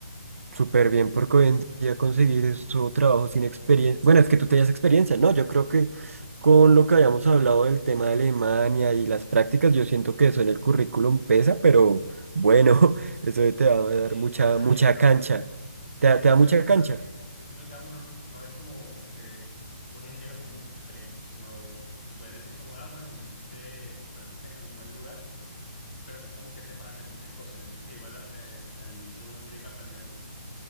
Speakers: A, on the right; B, on the left.
A: Súper bien, porque hoy en día conseguir eso, trabajo sin experiencia. Bueno, es que tú tenías experiencia, ¿no? Yo creo que con lo que habíamos hablado del tema de Alemania y las prácticas, yo siento que eso en el currículum pesa, pero bueno, <laughs> eso te va a dar
B: Sí,
A: mucha,
B: pesa
A: mucha
B: bien, pero
A: cancha.
B: al,
A: ¿Te,
B: pe-
A: da-
B: pesa
A: te da mucha
B: bien, pero
A: cancha?
B: al fin, al fin y al cabo uno no es como que un ingeniero con mucha experiencia, sino te pueden decir como, ah, bueno, hiciste prácticas en un buen lugar, pero no es como que sepas hacer muchas cosas. Entonces, igual eh, al inicio uno tiene que aprender mucho,